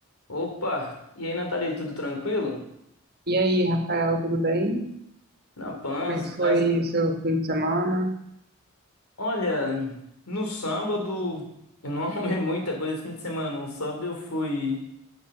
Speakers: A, on the left; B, on the right.
A: Opa! E aí, Nathalie, tudo tranquilo?
B: E aí, Rafael, tudo bem?
A: Na paz,
B: Como é que foi
A: graças.
B: seu fim de semana?
A: Olha, no sábado, eu não <laughs> arrumei muita coisa esse fim de semana, no Sábado eu fui